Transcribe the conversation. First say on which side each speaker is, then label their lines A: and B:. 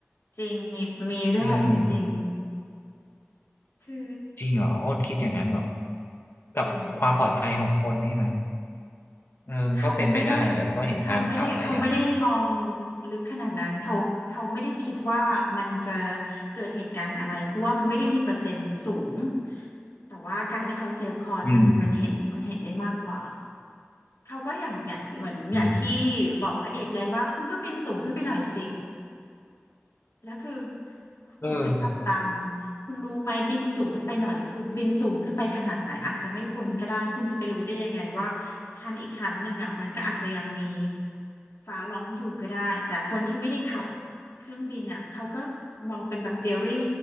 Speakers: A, on the left; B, on the left.
A: จริงมีมีเรื่องแบบนี้จริง
B: อืม
A: คือ
B: จริงเหรออ้นคิดอย่างนั้นเหรอ กับความปลอดภัยของคนนี่นะ
A: จริง
B: เออมันก็เป็นไปได้แหละแล้วก็เห็นตามข่าวหลายอย่าง
A: เขาไม่ได้เขาไม่ได้เขาไม่ได้มองลึกขนาดนั้นเขาเขาไม่ได้คิดว่ามันจะเกิดเหตุการณ์อะไรเพราะว่ามันไม่ได้มีเปอร์เซ็นต์สูงแต่ว่าการที่เขาเซฟคอร์สมันมันเห็นมันเห็นได้มากกว่า
B: อืม
A: เขาก็อย่างเนี่ยเหมือนอย่างที่บอกพระเอกเลยว่าคุณก็บินสูงขึ้นไปหน่อยสิ
B: อืม
A: แล้วคือ
B: เออ
A: ผมเป็นกัปตันคุณรู้ไหมบินสูงขึ้นไปหน่อยคือบินสูงขึ้นไปขนาดไหนอาจจะไม่พ้นก็ได้คุณจะไปรู้ได้ยังไงว่าชั้นอีกชั้นหนึ่งอ่ะมันก็อาจจะยังมีฟ้าร้องอยู่ก็ได้แต่คนที่ไม่ได้ขับเครื่องบินอ่ะเขาก็มองเป็นแบบ t h e o รี